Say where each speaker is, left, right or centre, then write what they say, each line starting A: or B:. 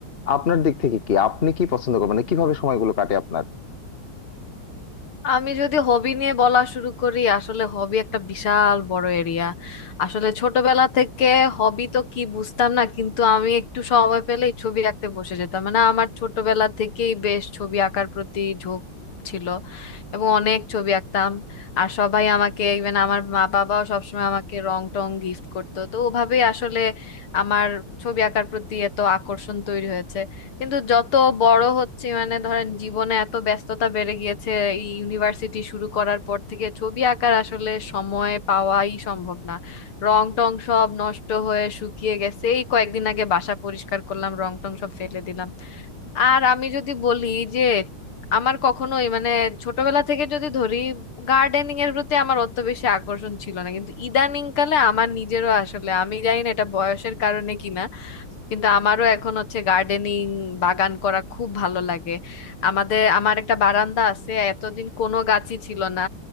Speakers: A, on the left; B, on the left.
A: আপনার দিক থেকে কি আপনি কি পছন্দ করেন মানে কিভাবে সময়গুলো কাটে আপনার
B: আমি যদি হবি নিয়ে বলা শুরু করি আসলে হবি একটা বিশাল বড় এরিয়া আসলে ছোটবেলা থেকে হবি তো কি বুঝতাম না কিন্তু আমি একটু সময় পেলেই ছবি আঁকতে বসে যেতাম মানে আমার ছোটবেলা থেকেই বেশ ছবি আঁকার প্রতি ঝোঁক ছিল এবং অনেক ছবি আঁকতাম আর সবাই আমাকে ইভেন আমার মা বাবাও সবসময় আমাকে রং টং গিফট করতো তো ওভাবেই আসলে আমার ছবি আঁকার প্রতি এত আকর্ষণ তৈরি হয়েছে কিন্তু যত বড় হচ্ছে মানে ধরেন জীবনে এত ব্যস্ততা বেড়ে গিয়েছে এই ইউনিভার্সিটি শুরু করার পর থেকে ছবি আঁকার আসলে সময় পাওয়াই সম্ভব না রং টং সব নষ্ট হয়ে শুকিয়ে গেছে এই কয়েকদিন আগে বাসা পরিষ্কার করলাম রং টং সব ফেলে দিলাম আর আমি যদি বলি যে আমার কখনোই মানে ছোটবেলা থেকে যদি ধরি গার্ডেনিং এর প্রতি আমার অত বেশি আকর্ষণ ছিল না কিন্তু ইদানিং কালে আমার নিজেরও আসলে আমি জানি না এটা বয়সের কারণে কিনা কিন্তু আমারও এখন হচ্ছে গার্ডেনিং বাগান করা খুব ভালো লাগে আমাদের আমার একটা বারান্দা আছে এতদিন কোনো গাছই ছিল না